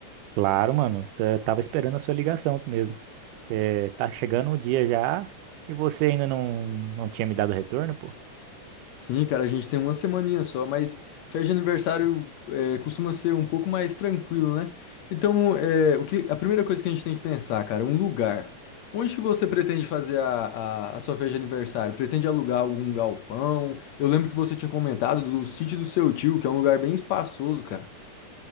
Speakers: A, on the right (about 90°); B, on the left (about 70°).
A: Claro, mano, eu tava esperando a sua ligação mesmo. É, tá chegando o dia já e você ainda não, não tinha me dado retorno, pô?
B: Sim, cara, a gente tem uma semaninha só, mas festa de aniversário é, costuma ser um pouco mais tranquilo, né? Então, é, o que, a primeira coisa que a gente tem que pensar, cara, é um lugar. Onde que você pretende fazer a, a, a sua festa de aniversário? Pretende alugar algum galpão? Eu lembro que você tinha comentado do sítio do seu tio, que é um lugar bem espaçoso, cara.